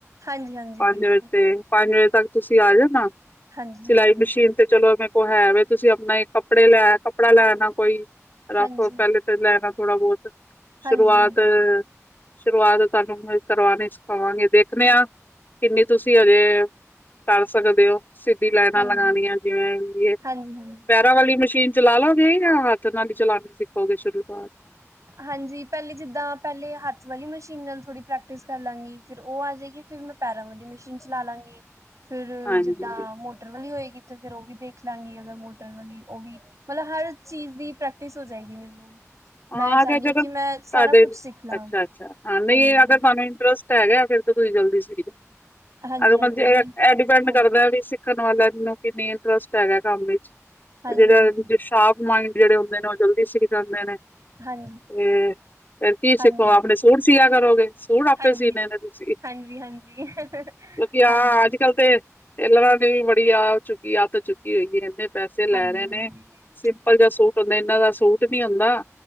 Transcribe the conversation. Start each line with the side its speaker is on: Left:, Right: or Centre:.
Right: ਹਾਂਜੀ ਹਾਂਜੀ
Left: ਪੰਜ
Right: ਬਿਲਕੁਲ
Left: ਵਜੇ ਤੇ ਪੰਜ ਵਜੇ ਤੱਕ ਤੁਸੀਂ ਆ ਜੋ। ਹੂੰ।
Right: ਹਾਂਜੀ ਹਾਂਜੀ
Left: ਸਿਲਾਈ
Right: ਹਾਂਜੀ
Left: ਮਸ਼ੀਨ ਤੇ ਚਲੋ ਐਵੇਂ ਕੋਲ ਹੈ ਵੇ ਤੁਸੀਂ ਆਪਣਾ ਕੱਪੜੇ ਲੈ ਕੱਪੜਾ ਲੈ ਅਨਾ ਕੋਈ। ਰਫ
Right: ਹਾਂਜੀ
Left: ਪਹਿਲੇ ਤਾਂ ਲੈਣਾ ਥੋੜ੍ਹਾ ਬਹੁਤ
Right: ਹਾਂਜੀ
Left: ਸ਼ੁਰੂਆਤ ਸ਼ੁਰੂਆਤ ਤੁਹਾਨੂੰ ਕਰਵਾਉਣੀ ਸਿਖਾਵਾਂਗੇ, ਦੇਖਣੇ ਆਂ। ਕਿੰਨੀ ਤੁਸੀਂ ਹਜੇ ਕਰ ਸਕਦੇ ਹੋ। ਸਿੱਧੀ ਲਾਈਨਾਂ
Right: ਹਾਂਜੀ
Left: ਲਗਾਉਣੀਆਂ ਜਿਵੇਂ ਵੀ
Right: ਹਾਂਜੀ ਹਾਂਜੀ
Left: ਪੈਰਾਂ ਵਾਲੀ ਮਸ਼ੀਨ ਚਲਾ ਲੋਗੇ ਜਾਂ ਹੱਥ ਨਾਲ ਹੀ ਚਲਾਉਣੀ ਸਿੱਖੋਗੇ ਸ਼ੁਰੂ ਤੋਂ
Right: ਹਾਂਜੀ ਪਹਿਲੇ ਜਿੱਦਾਂ। ਪਹਿਲੇ ਹੱਥ ਵਾਲੀ ਮਸ਼ੀਨ ਨਾਲ ਥੋੜ੍ਹੀ ਪ੍ਰੈਕਟਿਸ ਕਰ ਲਾਂਗੀ। ਫਿਰ ਉਹ ਆ ਜਾਏਗੀ ਫਿਰ ਮੈਂ ਪੈਰਾਂ ਵਾਲੀ ਮਸ਼ੀਨ ਚਲਾ ਲਾਂਗੀ। ਫੇਰ
Left: ਹਾਂਜੀ
Right: ਜਿੱਦਾਂ ਮੋਟਰ ਨੀ ਹੋਏਗੀ ਤੇ, ਫੇਰ ਉਹ ਵੀ ਦੇਖ ਲਾਂਗੇ ਅਗਰ ਮੋਟਰ ਵਾਲੀ ਉਹ ਵੀ। ਮਤਲਬ ਹਰ ਚੀਜ਼ ਦੀ ਪ੍ਰੈਕਟਿਸ ਹੋ ਜਾਏਗੀ ਮੈਨੂੰ।
Left: ਹਾਂ
Right: ਮੈਂ ਚਾਹੁੰਦੀ
Left: ਅਗਰ ਜਦੋਂ
Right: ਕਿ
Left: ਤੁਹਾਡੇ,
Right: ਮੈਂ ਸਾਰਾ ਕੁਛ ਸਿੱਖ ਲਾਂ
Left: ਅੱਛਾ-ਅੱਛਾ ਹਾਂ ਨਹੀਂ
Right: ਹਾਂਜੀ
Left: ਅਗਰ ਤਾਨੂੰ ਇੰਟਰਸਟ‌ ਤਾਂ ਹੈਗਾ ਫਿਰ ਤੁਸੀ ਜਲਦੀ ਸੀਗੀ ਤੇ।
Right: ਹਾਂਜੀ
Left: ਅਗਰ
Right: ਹਾਂਜੀ
Left: ਬੰਦੇ
Right: ਮੈਨੂੰ
Left: ਇਹ ਡਿਪੈਂਡ
Right: ਹਾਂਜੀ
Left: ਕਰਦਾ ਵੇ ਸੀ ਦੇਖਣ ਵਾਲਿਆਂ ਨੂੰ ਕਿੰਨੀ ਇੰਟਰਸਟ ਹੈਗਾ ਕੰਮ ਵਿੱਚ
Right: ਹਾਂਜੀ
Left: ਜਿਹੜਾ
Right: ਹਾਂਜੀ
Left: ਸ਼ਾਰਪ ਮਾਇੰਡ ਜਿਹੜੇ ਹੁੰਦੇ ਨੇ, ਉਹ ਜਲਦੀ ਸਿੱਖ ਜਾਂਦੇ ਨੇ ਤੇ
Right: ਹਾਂਜੀ
Left: ਫਿਰ ਕੀ ਸਿੱਖੋਗੇ।
Right: ਹਾਂਜੀ
Left: ਆਪਣੇ ਸੂਟ ਸੀਆ ਕਰੋਗੇ, ਸੂਟ ਆਪੇ
Right: ਹਾਂਜੀ
Left: ਸੀਨੇ ਨੇ ਤੁਸੀ।
Right: ਹਾਂਜੀ ਹਾਂਜੀ
Left: ਕਿਉਂਕਿ ਆਹ
Right: ਹਾਂਜੀ
Left: ਅੱਜ
Right: ਹਾਂਜੀ
Left: ਕੱਲ ਤੇ ਟੇਲਰਾਂ ਨੇ ਵੀ ਬੜੀ ਆ ਚੁੱਕੀ ਅੱਤ ਚੁੱਕੀ ਹੋਈ ਹੈ ਇਹਨੇ ਪੈਸੇ ਲੈਣੇ
Right: ਹਾਂਜੀ
Left: ਨੇ ਸਿੰਪਲ ਜਿਹਾ ਸੂਟ, ਇਹਨਾਂ ਦਾ ਸੂਟ ਨਹੀਂ ਹੁੰਦਾ।